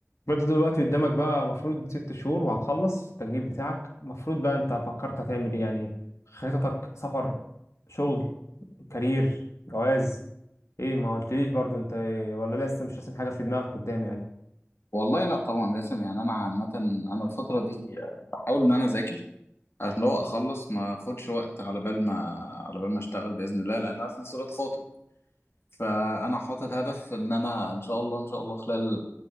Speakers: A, on the left (about 85°); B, on the left (about 60°).
A: ما انت دلوقتي قدامك بقى مفروض ست شهور وهتخلص التجنيد بتاعك مفروض بقى انت فكرت هتعمل ايه يعني خططك سفر شغل كارير جواز ايه ما قلتليش برضو انت ايه ولا لسه مش راسم حاجة في دماغك قدام يعني
B: والله لا طبعا لازم يعني انا عامه انا الفتره دي بحاول ان انا اذاكر عشان لو اخلص ما اخدش وقت على بال ما على بال ما اشتغل باذن الله لان انا في نفس الوقت خاطب فانا حاطط هدف ان انا ان شاء الله ان شاء الله خلال